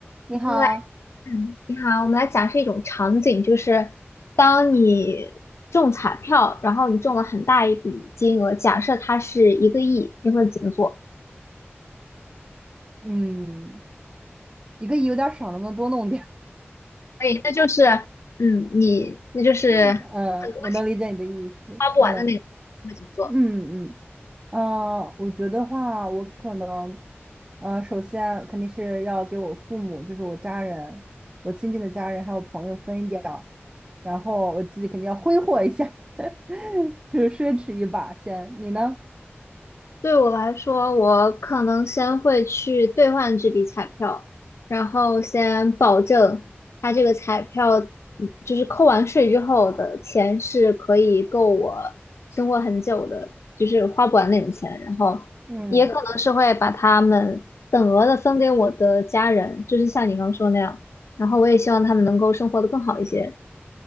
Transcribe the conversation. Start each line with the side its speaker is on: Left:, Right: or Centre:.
Right: 你好，
Left: 我们来，嗯，你好，我们来假设一种场景，就是当你中彩票，然后你中了很大一笔金额，假设它是一个亿，你会怎么做？
Right: 嗯一个亿有点少，能不能多弄点儿？
Left: 可以，那就是，嗯，你那就是很多
Right: <laughs> 嗯，我能理解你的意思。
Left: 花不完的那个，
Right: 嗯
Left: 你会怎么做？
Right: 嗯嗯，呃，我觉得话，我可能，呃，首先肯定是要给我父母，就是我家人，我亲近的家人还有朋友分一点儿，然后我自己肯定要挥霍一下，<laughs> 就是奢侈一把先。你呢？
Left: 对我来说，我可能先会去兑换这笔彩票，然后先保证它这个彩票，嗯就是扣完税之后的钱是可以够我生活很久的，就是花不完那种钱。然后也可能是会把他们等额的分给我的家人，
Right: 嗯
Left: 就是像你刚说那样。然后我也希望他们能够生活的更好一些。